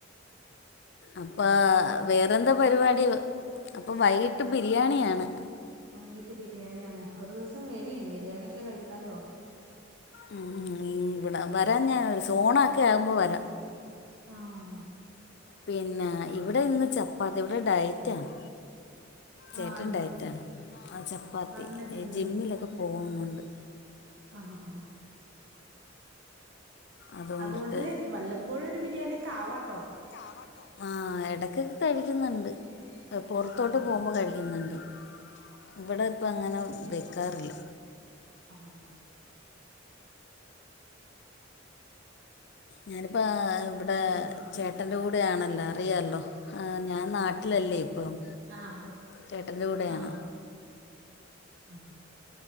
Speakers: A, on the left; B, on the right.
A: അപ്പാ
B: പിന്നെ
A: വേറെന്താ പരിപാടി അപ്പൊ വൈകിട്ട് ബിരിയാണിയാണ്
B: വൈകീട്ട് ബിരിയാണിയാണ് ഒരു ദിവസം വരീ ബിരിയാണിയൊക്കെ കഴിക്കാലോ
A: ഉം ഇവിട വരാംഞാ സോണോക്കെ ആകുമ്പ വരാം.
B: ആഹ്.
A: പിന്നാ ഇവിടെ ഇന്ന് ചപ്പാത്തി ഇവിട ഡയറ്റാണ്. ചേട്ടൻ
B: ആഹ് ഇന്നലെ
A: ഡയറ്റാണ് ആ ചപ്പാത്തി
B: പറഞ്ഞിരുന്നല്ലോ
A: എ ജിമ്മിലൊക്ക പോവുന്നുണ്ട്.
B: അഹഹാ.
A: അതുകൊണ്ടിട്ട്
B: അതുകൊണ്ട് വല്ലപ്പോഴൊര് ബിരിയാണിക്കെ ആവാട്ടോ.
A: ആവട്ടോ ആഹ് എടക്കെക്കെ കഴിക്കുന്നുണ്ട്. എ പൊർത്തോട്ട്
B: ഉം
A: പോകുമ്പ കഴിക്ക്യുന്നുണ്ട് ഇവിടെ ഇപ്പങ്ങന വെക്കാറില്ല.
B: ആഹ്.
A: ഞാനിപ്പാ ഇവിടെ
B: പിന്നെ
A: ചേട്ട ട്ടൻ്റെ കൂടെയാണല്ലോ അറിയാല്ലോ ആ ഞാൻ നാട്ടിലല്ലെ ഇപ്പം.
B: ആഹ് റ്
A: ചേട്ടൻ്റെ കൂടെയാണ്
B: ആഹ്. അഹ്